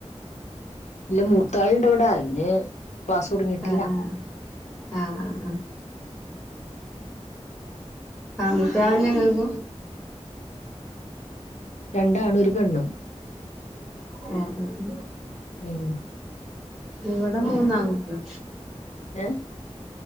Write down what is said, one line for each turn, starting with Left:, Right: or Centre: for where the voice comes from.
Left: ഇല്ല മൂത്താളിൻന്റെ കൂടൊയിെ ക്ലാസ് കുടുങ്ങിട്ടില്ല
Centre: ആഹ് ആഹ് ആഹ് ആ മുുട്ടിയന്നെ കേൾക്കൂ
Left: രണ്ടാണ് ഒരു പെണ്ണും
Centre: ഉഹ ഉ ഉ
Left: ഉ
Centre: ഇവിടെ മൂന്നാംകുട്ടിയ
Left: ഏ